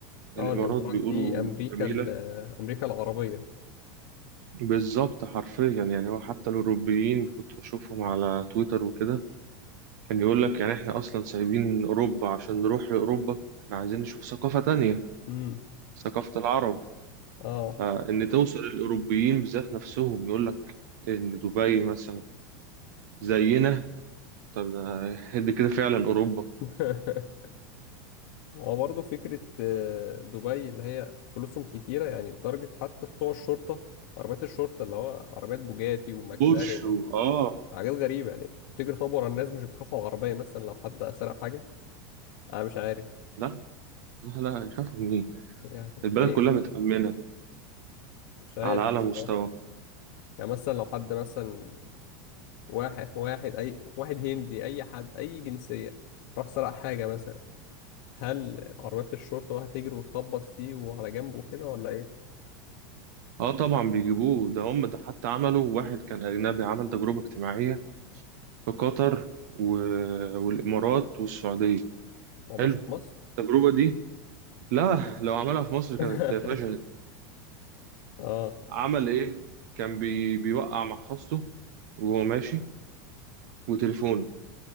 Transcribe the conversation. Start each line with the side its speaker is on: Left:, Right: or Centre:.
Left: اه
Right: الامارات
Left: الإمارات
Right: بيقولوا
Left: دي أمريكا
Right: جميلة
Left: ال- أمريكا العربية
Right: بالظبط حرفيا يعني هو حتى الاوروبيين كنت بشوفهم على تويتر وكده كان يقول لك يعني احنا اصلا سايبين اوروبا عشان نروح لاوروبا احنا عايزين نشوف ثقافة تانية
Left: امم
Right: ثقافة العرب
Left: اه
Right: فان توصل الاوروبيين بذات نفسهم يقول لك ان دبي مثلا زينا طب ده- دي كده فعلا اوروبا
Left: <laughs> هو برضه فكرة آه، دبي اللي هي فلوسهم كتيرة يعني لدرجة حتى بتوع الشرطة عربيات الشرطة اللي هو عربيات بوجاتي وماكلارين
Right: بورشو اه
Left: وحاجات غريبة يعني تجري طابور على الناس مش بتخاف على العربية مثلا لو حد سرق حاجة أنا مش عارف
Right: لا لا لا شافوا مين
Left: يعني
Right: البلد
Left: يعني
Right: كلها متأمنة
Left: مش عارف
Right: على أعلى
Left: الصراحة
Right: مستوى
Left: يعني مثلا لو حد مثلا واحد واحد اي واحد هندي اي حد اي جنسيه راح سرق حاجه مثلا هل عربيات الشرطه بقى هتجري وتخبط فيه وعلى جنبه كده ولا ايه
Right: اه طبعا بيجيبوه ده هم ده حتى عملوا واحد كان أجنبي عمل تجربة اجتماعية في قطر و... والإمارات والسعودية
Left: ما هماش
Right: حلو
Left: في مصر
Right: التجربة دي لا لو عملها في مصر كانت
Left: <laughs>
Right: فشلت
Left: اه
Right: عمل إيه كان بي... بيوقع محفظته وهو ماشي وتليفونه